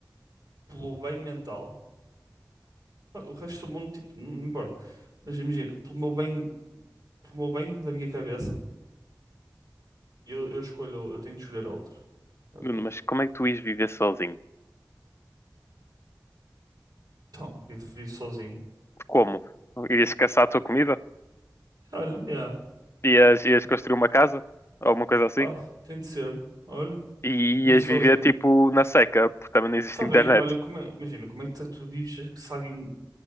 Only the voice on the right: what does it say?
Pelo bem mental, ah, o resto do mundo, tipo, não importa. Mas imagina, pelo meu bem, pelo meu bem da minha cabeça, eu, eu escolho, eu tenho de escolher a outra. É o
que eu
acho.
Então, vivo, vivo sozinho.
Olha, yeah.
Ah, tem de ser. Olha,
vivo
sozinho.
Tá
bem, olha, como é- imagina, como é que tá- tu vives se alguém.